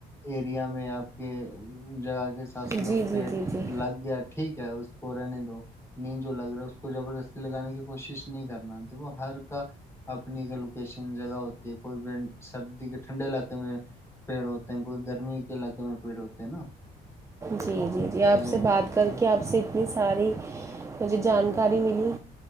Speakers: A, on the left; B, on the right.
A: ایریا میں آپ کے جگا کے <unintelligible> سس جو
B: جی جی
A: پیٹ
B: جی جی
A: لگ گیا ٹھیک ہے اس اس کو رہنے دو نیند جو لگ رہا ہے اس کو زبردستی لگانے کی کوشش نہیں کرنا دیکھو ہر کا اپنی کا لوکیشن جگہ ہوتی ہے کوئی سردی کے ٹھنڈے علاقے میں پیڑ ہوتے ہیں کوئی گرمی کے علاقے میں پیڑ ہوتے نا <unintelligible>
B: جی جی آپ سے
A: یہ
B: بات کر
A: ہے نا
B: کے آپ سے اتنی ساری مجھے جانکاری ملی